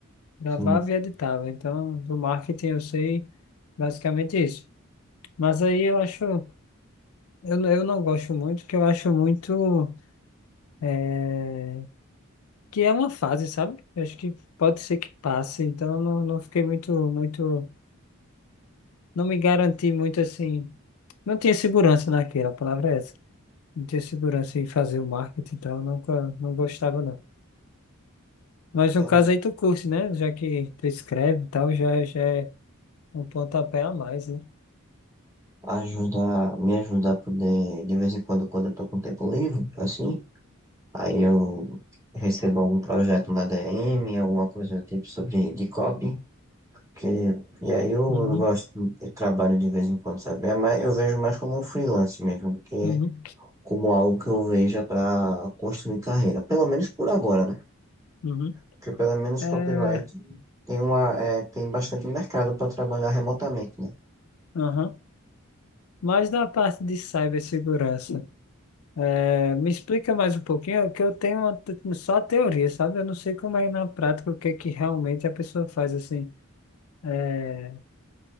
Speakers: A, on the left; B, on the right.
A: Gravava
B: Sim,
A: e editava. Então, do marketing eu sei basicamente isso. Mas aí eu acho, eu, não- eu não gosto muito, porque eu acho muito eh, que é uma fase, sabe? Eu acho que pode ser que passe. Então, eu não, não fiquei muito, muito, não me garanti muito assim. Não tinha segurança naquilo, a palavra é essa. não tinha segurança em fazer o marketing e tal, nunca, não gostava não. Mas
B: quero
A: no caso aí tu curte, né? Já que tu escreve e tal, já, já é um pontapé a mais, né?
B: ajudar, me ajudar a poder, de vez em quando, quando eu tô com tempo livre, assim, aí eu recebo algum projeto na DM, alguma coisa do tipo sobre de copy, que, e aí eu,
A: Uhum,
B: eu gosto, eu trabalho de vez em quando, sabe? É mais, eu vejo mais como um freelance mesmo, do que
A: uhum,
B: como algo que eu veja para construir carreira, pelo menos por agora, né?
A: uhum.
B: Porque pelo menos
A: É,
B: copyright tem uma, é, tem bastante mercado para trabalhar remotamente, né?
A: aham. Mas na parte de cibersegurança, é, me explica mais um pouquinho, é que eu tenho uma te- só a teoria, sabe? Eu não sei como é na prática, o que é que realmente a pessoa faz, assim. É,